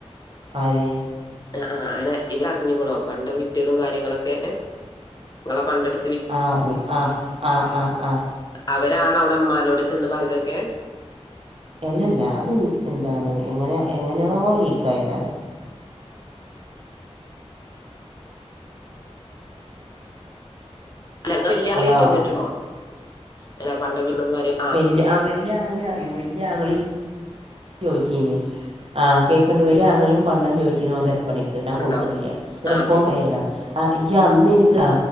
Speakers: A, on the right; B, on the left.
A: ആര്
B: അ അ ആന ഇങ്ങളറിഞ്ക്ക്‌ണൊ പണ്ടം വിറ്റതും കാര്യങ്ങളൊക്കെ ഇങ്ങളെ പണ്ടട്
A: ആഹ് അറിഞ് അ അ ആഹ്
B: അവരാണൊ അവ്ടെമ്മാനോട് ചെന്ന് പറഞ്ഞതൊക്കെ
A: അല്ലെല്ലാ അത് ന്താണ് എങ്ങന എങ്ങനെയോ ലീക്ക് ആയതാണ്.
B: അല്ല ങ്ളില്ല്യാളെറ്റൊ
A: ഹലോ
B: അറിഞ്ഞിട്ടുണ്ടോ? അല്ല പണ്ടം വീടും കാര്യങ്ങ
A: വല്ല്യ അങ്ങളേം അറിയും വല്ല്യാങ്ങളേം ചോയ്ചീന് അ കേക്ക്‌ണ്ട വല്ല്യാങ്ങളേം പണ്ടം ചോയ്ച്ചീന് ഓൻ പെരപണിക്ക് ക്ക്‌ ഞാകൊട്ത്തിട്ടില്ല
B: പണ്ടം
A: ന്ന്ട്ട്പ്പോം
B: ആ കേക്ക്ണ്ട്
A: പറയാല്ലോ അഇജ് അന്ന്നിക്ക്‌അ